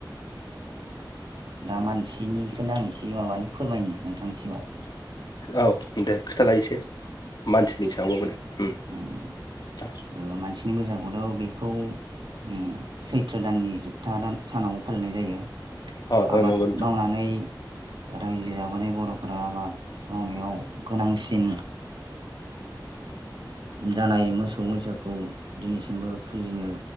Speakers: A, on the right; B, on the left.
A: दा मानसिनिखौनो आं एसे माबानि फोरमायनि नोंथांनि सिगाङा।
B: औ दे खिथालाय एसे मानसिनि सायावबाब माबादि
A: उम,
B: दे
A: ओ मानसिनि मोजांखौनो बेखौ उम सैथ्र दाननि जोबथा सानाव फालिनाय जायो।
B: अ
A: आबाद
B: औ नंगौ नोंथां
A: मावनानै रायजो जाबोनाय बर' फोरा आबाद मावनायाव गोनांसिन जानाय मोसौ मैसोखौ दिनैसिमबो फुजिनो